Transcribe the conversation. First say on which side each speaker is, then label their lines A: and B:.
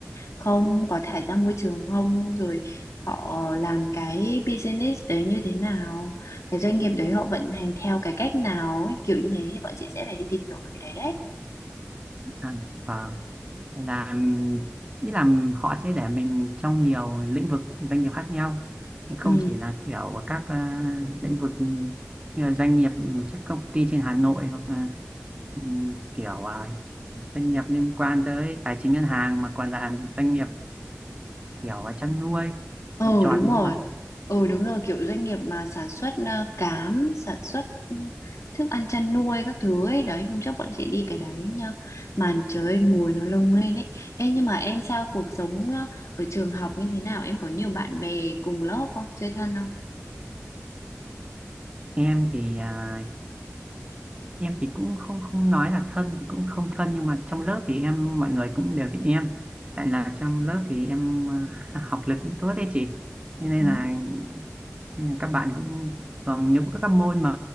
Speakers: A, on the left; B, on the right.
A: không có thải ra môi trường không rồi họ ờ, làm cái business đấy như thế nào cái doanh nghiệp đấy họ vận hành theo cái cách nào ấy kiểu như thế thì bọn chị sẽ phải đi tìm hiểu về cái đấy đấy
B: à, vâng Nên là nghĩ là họ sẽ để mình trong nhiều lĩnh vực doanh nghiệp khác nhau không
A: ừ
B: chỉ là kiểu các à, lĩnh vực như là doanh nghiệp các công ty trên Hà Nội hoặc là ừ, kiểu à, doanh nghiệp liên quan tới tài chính ngân hàng mà còn là doanh nghiệp kiểu chăn nuôi
A: ừ
B: trồng trọt
A: đúng
B: đúng
A: rồi
B: không ạ
A: ừ đúng rồi kiểu doanh nghiệp mà sản xuất ờ, cám sản xuất ừ, thức ăn chăn nuôi các thứ ấy đấy hôm trước bọn chị đi cái đấy nha màn trời mùi nó lông lên ấy Ê, nhưng mà em sao cuộc sống ờ, ở trường học như thế nào em có nhiều bạn bè cùng lớp không chơi thân không
B: em thì à, em thì cũng không không nói là thân thì cũng không thân nhưng mà trong lớp thì em mọi người cũng đều biết em tại là trong lớp thì em <laughs> học lực cũng tốt đấy chị Thế nên
A: ừ.
B: là nên là các bạn cũng thường nếu có các môn mà